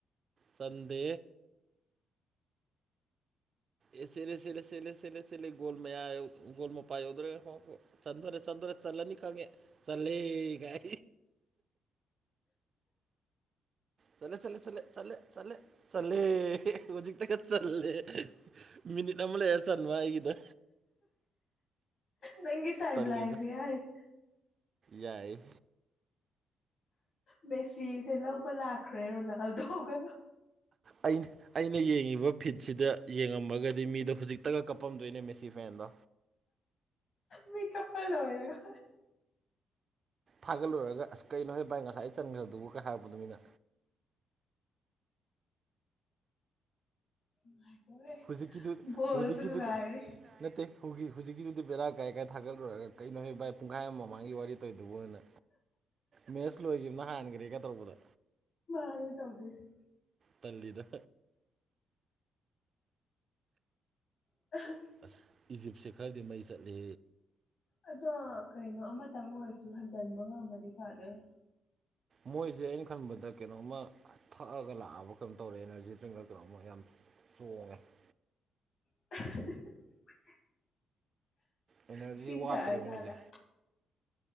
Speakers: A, on the right; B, on the left.
A: ꯆꯟꯗꯦ ꯑꯦ ꯆꯦꯜꯂꯦ ꯆꯦꯜꯂꯦ ꯆꯦꯜꯂꯦ ꯆꯦꯜꯂꯦ ꯆꯦꯜꯂꯦ ꯒꯣꯜ ꯃꯌꯥꯌꯧ ꯎꯒꯣꯜ ꯃꯄꯥ ꯌꯧꯗꯧꯔꯦ ꯈꯣ ꯈꯣ ꯆꯟꯗꯣꯔꯦ ꯆꯟꯗꯣꯔꯦ ꯆꯜꯂꯅꯤ ꯈꯪꯉꯦ ꯆꯜꯂꯦ ꯒꯥꯏ ꯆꯜꯂꯦ ꯆꯜꯂꯦ ꯆꯜꯂꯦ ꯆꯜꯂꯦ ꯆꯜꯂꯦ ꯆꯜꯂꯦ ꯍꯧꯖꯤꯛ ꯇꯒ ꯆꯜꯂꯦ ꯃꯤꯅꯤꯠ ꯑꯃ ꯂꯩꯔꯥ ꯆꯟꯕ꯭ꯋꯥꯏ ꯑꯩꯒꯤꯗꯣ
B: ꯅꯪꯒꯤ ꯇꯥꯏꯝ
A: ꯇꯜꯂꯦꯗ
B: ꯂꯥꯏꯟꯖꯦ ꯍꯥꯏ <unintelligible>
A: ꯌꯥꯏ
B: ꯃꯦꯁꯤꯁꯦ ꯂꯧꯕ ꯂꯥꯛꯈ꯭ꯔꯦ ꯔꯣꯅꯥꯜꯗꯣꯒ
A: ꯑꯩ <unintelligible> ꯑꯩꯅ ꯌꯦꯡꯉꯤꯕ ꯐꯤꯠꯁꯤꯗ ꯌꯦꯡꯉꯝꯃꯒꯗꯤ ꯃꯤꯗꯣ ꯍꯧꯖꯤꯛꯇꯒ ꯀꯞꯄꯝꯗꯣꯏꯅꯦ ꯃꯦꯁꯤ ꯐꯦꯟꯗꯣ
B: ꯃꯤ ꯀꯞꯄ ꯂꯣꯏꯔ <unintelligible>
A: ꯊꯥꯒꯠꯂꯨꯔꯒ ꯑꯁ ꯀꯩꯅꯣꯍꯦ ꯚꯥꯏ ꯉꯁꯥꯏ ꯆꯟꯒ꯭ꯔꯗꯨꯕꯨ ꯀꯥꯏ ꯍꯥꯏꯔꯛꯄꯗꯣ ꯃꯤꯅ
B: <unintelligible>
A: ꯍꯧꯖꯤꯛꯀꯤꯗꯨꯠ
B: ꯕꯣꯜꯁꯨ
A: ꯍꯧꯖꯤꯛꯀꯤꯗꯨꯠ
B: ꯅꯨꯡꯉꯥꯏꯔꯤ
A: ꯅꯠꯇꯦ ꯍꯧ ꯍꯧꯖꯤꯛꯀꯤꯗꯨꯗꯤ ꯕꯦꯔꯥ ꯀꯥꯏ ꯀꯥꯏ ꯊꯥꯒꯠꯂꯨꯔꯒ ꯀꯩꯅꯣꯍꯦ ꯚꯥꯏ ꯄꯨꯡꯒꯥꯏ ꯑꯃ ꯃꯃꯥꯡꯒꯤ ꯋꯥꯔꯤ ꯇꯧꯏꯗꯨꯕꯨꯅ ꯃꯦꯁ ꯂꯣꯏꯒꯤꯕꯅ ꯍꯥꯟꯒ꯭ꯔꯦ ꯀ ꯇꯧꯕꯗꯣ
B: ꯑꯗꯨꯅꯤ ꯇꯧꯗꯣꯏꯁꯤ
A: ꯇꯜꯂꯤꯗ
B: <unintelligible>
A: ꯑꯁ ꯏꯖꯤꯞꯁꯦ ꯈꯔꯗꯤ ꯃꯩ ꯆꯠꯂꯦ
B: ꯑꯗꯣ ꯀꯩꯅꯣ ꯑꯃꯇꯪ ꯑꯣꯏꯔꯖꯨ ꯍꯟꯖꯟꯕ ꯉꯝꯃꯗꯤ ꯐꯗꯣꯏꯅꯤ
A: ꯃꯣꯏꯖꯦ ꯑꯩꯅ ꯈꯟꯕꯗ ꯀꯩꯅꯣꯝꯃ ꯊꯛꯑꯒ ꯂꯥꯛꯑꯕ ꯀꯩꯅꯣꯝ ꯇꯧꯔꯦ ꯑꯦꯅꯔꯖꯤ ꯗ꯭ꯔꯤꯡꯂꯥ ꯀꯩꯅꯣꯝꯃ ꯌꯥꯝ <unintelligible>
B: <unintelligible>
A: ꯑꯦꯅꯔꯖꯤ
B: ꯏꯁꯤꯡ
A: ꯋꯥꯠꯇ꯭ꯔꯦ
B: ꯊꯛꯑꯖꯥꯠꯂ
A: ꯃꯣꯏꯖꯦ